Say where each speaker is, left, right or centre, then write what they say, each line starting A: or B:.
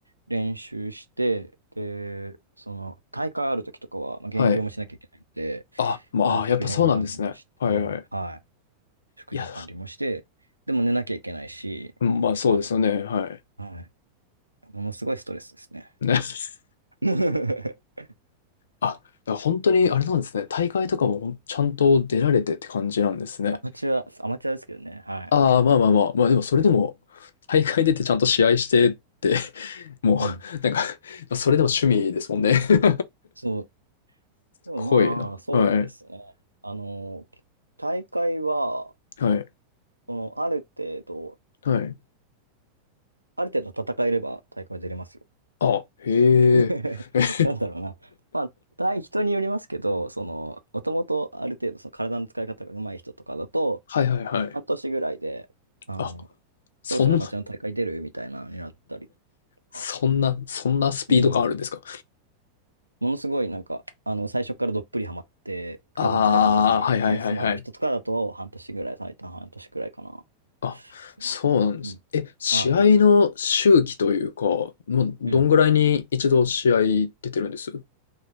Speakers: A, on the right; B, on the left.
A: 練習して、で、その、大会ある時とかは、まあ、減量もしなきゃいけないので、
B: はい。あ、まあ、
A: あの食事の管理もして、
B: やっぱそうなんですね。はいはい。
A: はい、食事の管理もして、
B: いや、
A: でも寝なきゃいけないし、
B: うん、まあそうですよね。
A: あの、
B: はい。
A: はい、ものすごいストレスですね。
B: ね。<laughs>
A: <laughs>
B: あ、だから本当にあれなんですね。大会とかもちゃんと出られてって感じなんですね。
A: アマチュア、アマチュアですけどね、はい。
B: ああ、まあまあまあ、まあでもそれでも、大会出てちゃんと試合してって <laughs> もう、
A: うん。
B: なんか、それでも趣味ですもんね <laughs> す
A: そう、
B: ごいな。
A: うんまあ、そうですね。
B: はい。
A: あの、大会は、
B: はい。
A: その、ある程度、
B: はい。
A: ある程度戦えれば大会は出れますよ
B: あ、へえ。
A: <laughs>
B: <laughs>
A: なんだろうな。まあ、対人によりますけど、その、もともとある程度その体の使い方が上手い人とかだと、
B: はいはいはい。
A: 半年ぐらいで、あの、
B: あ、そんな、
A: そろそろアマチュアの大会出るみたいなのになったりとか、
B: そんな、そんなスピード感あるんですか。
A: うん。ものすごいなんか、あの、最初からどっぷりハマって、体の使い方が上手い、
B: ああー、はいはいはいはい。
A: センスのある人とかだと、半年ぐらい、最短半年くらいかな。
B: あ、
A: ですね。
B: そうなんです。
A: うん。
B: え、試合の周期というか、
A: ああ、い、
B: もうどんぐらいに一度試合出てるんです
A: うん。